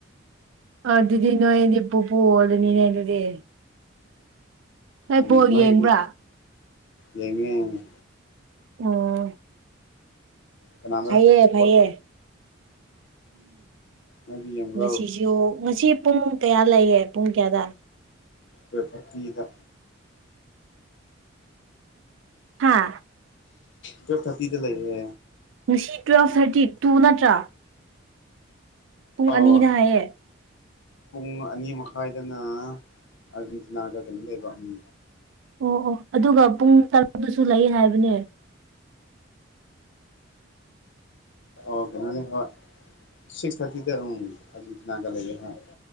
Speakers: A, on the right (about 70°); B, on the left (about 60°).
A: ꯑꯗꯨꯗꯤ ꯅꯣꯏꯅꯤ ꯄꯨꯨꯄꯨ ꯑꯣꯏꯔꯅꯤꯅꯦ ꯑꯗꯨꯗꯤ ꯅꯣꯏ
B: ꯎꯝ
A: ꯕꯣꯜ
B: ꯅꯣꯏꯒꯤꯗꯤ
A: ꯌꯦꯡꯕ꯭ꯔꯥ
B: ꯌꯦꯡꯉꯦ ꯌꯦꯡꯉꯦ
A: ꯑꯣ
B: ꯀꯅꯥꯅ
A: ꯐꯩꯌꯦ
B: ꯁꯞꯄꯣꯔꯠ
A: ꯐꯩꯌꯦ
B: ꯅꯣꯏꯗꯤ ꯌꯦꯡꯕ꯭ꯔꯣ
A: ꯉꯁꯤꯁꯨ ꯉꯁꯤ ꯄꯨꯡ ꯀꯌꯥ ꯂꯩꯌꯦ ꯄꯨꯡ ꯀꯌꯥꯗ
B: ꯇꯨꯋꯦꯞ ꯊ꯭ꯔꯥꯇꯤꯗ
A: ꯍꯥꯥ
B: ꯇꯨꯋꯦꯞ ꯊꯥꯔꯇꯤꯗ ꯂꯩꯌꯦ
A: ꯉꯁꯤ ꯇꯨꯋꯦꯜꯐ ꯊꯥꯔꯇꯤ ꯇꯨ ꯅꯠꯇ꯭ꯔꯥ ꯄꯨꯡ
B: ꯑꯥꯎ
A: ꯑꯅꯤꯅ ꯍꯥꯏꯌꯦ
B: ꯄꯨꯡ ꯑꯅꯤ ꯃꯈꯥꯏꯗꯅ ꯑꯥꯔꯖꯦꯟꯇꯤꯅꯥꯒ ꯀꯩꯅꯣ ꯂꯩꯕ ꯎꯝ
A: ꯑꯣ ꯑꯣ ꯑꯗꯨꯒ ꯄꯨꯡ ꯇꯔꯨꯛꯇꯁꯨ ꯂꯩ ꯍꯥꯏꯕꯅꯦ
B: ꯑꯣ ꯀꯩꯅꯣꯅꯦ ꯍꯣꯏ ꯁꯤꯛꯁ ꯊꯥꯔꯇꯤꯗ ꯎꯝ ꯑꯔꯖꯦꯟꯇꯤꯅꯥꯒ ꯂꯩꯌꯦ ꯍꯣꯏ